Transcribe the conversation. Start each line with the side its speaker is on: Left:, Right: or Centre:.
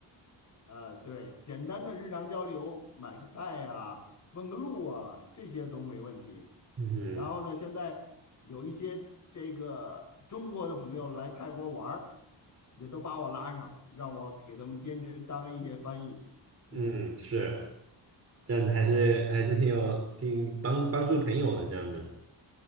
Left: 呃，对，简单的日常交流，买个菜呀、问个路啊，这些都没问题。
Right: 嗯哼
Left: 然后呢，现在有一些这个中国的朋友来泰国玩儿，也都把我拉上，让我给他们兼职当一些翻译。嗯，
Right: 嗯，是这样子，还是还是挺有挺帮帮助朋友的这样子。